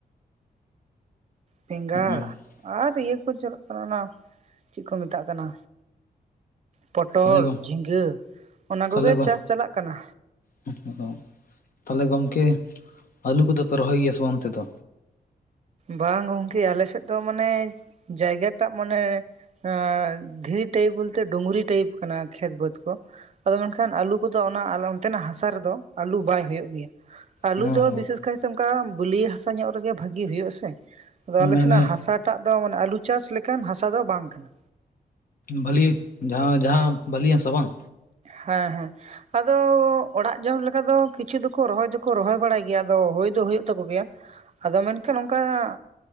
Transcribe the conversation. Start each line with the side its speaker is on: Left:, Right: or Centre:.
Right: ᱵᱮᱸᱜᱟᱲ
Left: ᱦᱮᱸ
Right: ᱟᱨ ᱤᱭᱟᱹ ᱠᱚ ᱪᱟᱞᱟᱜ ᱠᱟᱱᱟ ᱚᱱᱟ ᱪᱮᱫ ᱠᱚ ᱢᱮᱛᱟᱜ ᱠᱟᱱᱟ᱾ ᱯᱚᱴᱚᱞ
Left: ᱛᱟᱦᱚᱞᱮ ᱜᱚ
Right: ᱡᱷᱤᱸᱜᱟᱹ ᱚᱱᱟ
Left: ᱛᱟᱦᱚᱞᱮ
Right: ᱠᱚᱜᱮ
Left: ᱜᱚ
Right: ᱪᱟᱥ ᱪᱟᱞᱟᱜ ᱠᱟᱱᱟ᱾
Left: <unintelligible> ᱛᱟᱦᱚᱞᱮ ᱜᱚᱝᱠᱮ ᱟᱹᱞᱩ ᱠᱚᱫᱚ ᱯᱮ ᱨᱚᱦᱚᱭ ᱜᱮᱭᱟ ᱥᱮ ᱵᱟᱝ ᱚᱱᱛᱮ ᱫᱚ?
Right: ᱵᱟᱝ ᱜᱚᱢᱠᱮ ᱟᱞᱮᱥᱮᱫ ᱫᱚ ᱢᱟᱱᱮ ᱡᱟᱭᱜᱟᱴᱟᱜ ᱢᱟᱱᱮ ᱮᱸ ᱫᱷᱤᱨᱤ ᱴᱟᱭᱤᱯ ᱵᱚᱞᱛᱮ ᱰᱩᱝᱨᱤ ᱴᱟᱭᱤᱯ ᱠᱟᱱᱟ ᱠᱷᱮᱛ ᱵᱟᱹᱫᱽ ᱠᱚ᱾ ᱟᱫᱚ ᱢᱮᱱᱠᱷᱟᱱ ᱟᱞᱩ ᱠᱚᱫᱚ ᱚᱱᱟ ᱚᱱᱛᱮᱱᱟᱜ ᱦᱟᱥᱟ ᱨᱮᱫᱚ, ᱟᱞᱩ ᱵᱟᱭ ᱦᱩᱭᱩᱜ ᱜᱮᱭᱟ ᱟᱞᱩ
Left: ᱦᱮᱸ ᱦᱮᱸ
Right: ᱫᱚ ᱵᱤᱥᱮᱥ ᱠᱟᱭᱛᱮ ᱚᱱᱠᱟ ᱵᱟᱹᱞᱤᱭᱟᱹ ᱦᱟᱥᱟ ᱧᱚᱜ ᱨᱮᱜᱮ ᱵᱷᱟᱜᱤ ᱦᱩᱭᱩᱜᱼᱟ᱾ ᱥᱮ ᱟᱫᱚ
Left: ᱢᱟᱱᱮ
Right: ᱟᱞᱮ ᱥᱮᱱᱟᱜ
Left: ᱚᱱᱮ
Right: ᱦᱟᱥᱟᱴᱟᱜ ᱫᱚ ᱢᱟᱱᱮ ᱟᱞᱩ ᱪᱟᱥ ᱞᱮᱠᱟᱱ ᱦᱟᱥᱟ ᱫᱚ ᱵᱟᱝ ᱠᱟᱱᱟ᱾
Left: ᱵᱟᱹᱞᱤ ᱡᱟᱦᱟᱸ ᱡᱟᱦᱟᱸ ᱵᱟᱹᱞᱤᱭᱟᱥᱟ ᱵᱟᱝ?
Right: ᱦᱮᱸ ᱦᱮᱸ᱾ ᱟᱫᱚ ᱚᱲᱟᱜ ᱡᱚᱢ ᱞᱮᱠᱟ ᱫᱚ ᱠᱤᱪᱷᱩ ᱫᱚᱠᱚ ᱨᱚᱦᱚᱭ ᱫᱚᱠᱚ ᱨᱚᱦᱚᱭ ᱵᱟᱲᱟᱭ ᱜᱮᱭᱟ ᱟᱫᱚ ᱦᱩᱭ ᱫᱚ ᱦᱩᱭᱩᱜ ᱛᱟᱠᱚ ᱜᱮᱭᱟ᱾ ᱟᱫᱚ ᱢᱮᱱᱠᱷᱟᱱ ᱚᱱᱠᱟᱱᱟᱜ